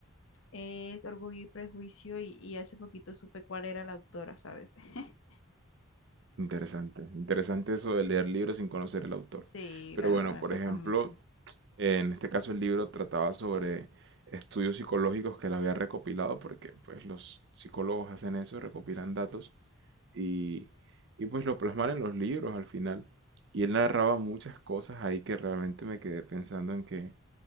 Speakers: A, on the left; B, on the right.
A: es Orgullo y Prejuicio y, y hace poquito supe cuál era la autora, ¿sabes? <laughs>
B: Interesante, interesante eso de leer libros sin conocer el autor.
A: Sí,
B: Pero
A: la
B: bueno,
A: verdad me
B: por
A: pasa
B: ejemplo,
A: mucho.
B: En este caso el libro trataba sobre estudios psicológicos que él había recopilado, porque pues los psicólogos hacen eso, recopilan datos y, y pues lo plasman en los libros al final. Y él narraba muchas cosas ahí que realmente me quedé pensando en que